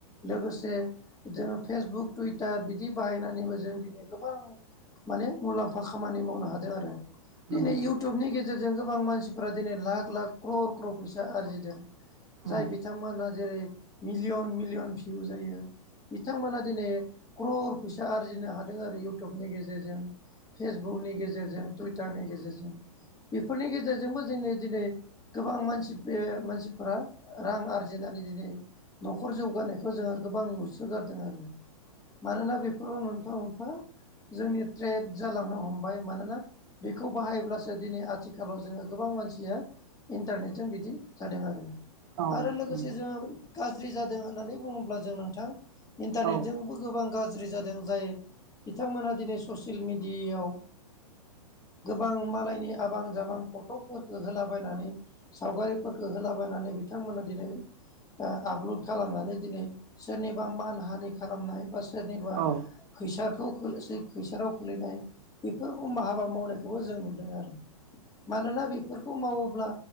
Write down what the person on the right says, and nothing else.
नंगौ
औ
औ
नंगौ
औ
औ